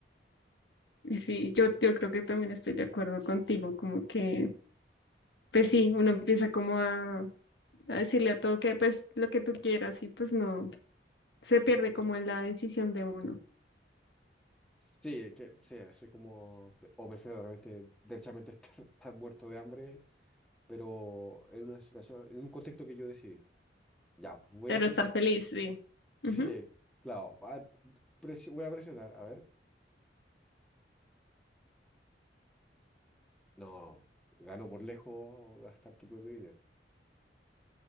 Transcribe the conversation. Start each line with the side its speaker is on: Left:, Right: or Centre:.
Left: Y Sí, yo, yo creo que también estoy de acuerdo contigo, como que, pues sí, uno empieza como a, a decirle a todo que pues lo que tú quieras y pues no, se pierde como en la decisión de uno.
Centre: Sí, que, sí, soy como, o prefiero realmente, derechamente estar, <laughs> estar muerto de hambre, pero en una situación, en un contexto que yo decidí. Ya, voy
Left: Pero
Centre: a presionar,
Left: estar feliz, sí.
Centre: sí,
Left: Ujú.
Centre: claro, va- presi- voy a presionar, a ver, no, ganó por lejos gastar tu propio dinero.